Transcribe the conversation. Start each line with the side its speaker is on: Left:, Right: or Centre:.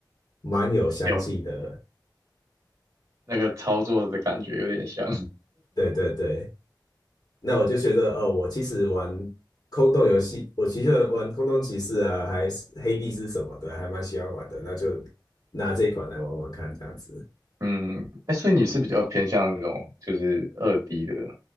Left: 蛮有相近的。
Right: 有那个操作的感觉有点像。
Left: 对对对，那我就觉得哦，我其实玩空洞游戏，我其实玩空洞骑士啊，还是黑帝斯什么的，还蛮喜欢玩的。那就拿这一款来玩玩看，这样子。
Right: 嗯，哎，所以你是比较偏向那种就是二 D 的